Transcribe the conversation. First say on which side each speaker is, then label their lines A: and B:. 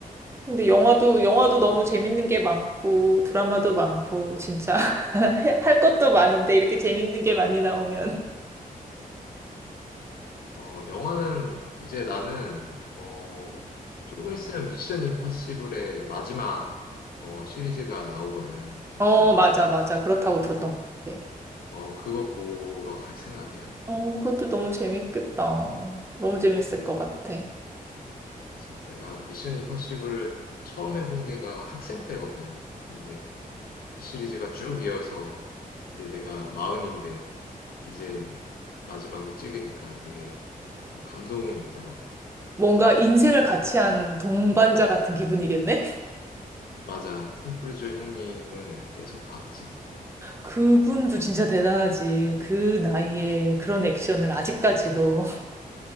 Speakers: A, on the right; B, on the left.
A: 근데 영화도, 영화도 너무 재밌는 게 많고, 드라마도 많고, 진짜. <laughs> 해- 할 것도 많은데, 이렇게 재밌는 게 많이 나오면. <laughs>
B: 어, 영화는 이제 나는, 어, 조금 있으면 미션 임파시블의 마지막, 어, 시리즈가 나오거든. 그래서,
A: 어, 맞아, 맞아. 그렇다고 들었던
B: 어,
A: 것 같아.
B: 어, 그거 보러 갈 생각이야.
A: 어, 그것도 너무 재밌겠다. 너무 재밌을 것 같아.
B: 진짜 내가 미션 임파서블을 처음 해본 게가 학생 때거든. 그런데 그 시리즈가 쭉 이어서 이제 내가 마흔인데 이제 마지막을 찍으니까 되게 어, 감동이 있더라고.
A: 뭔가 인생을 같이 한 동반자 같은 기분이겠네?
B: 맞아. 톰 크루즈 형님을 계속 봤지.
A: 그분도 진짜 대단하지. 그 나이에 그런 액션을 아직까지도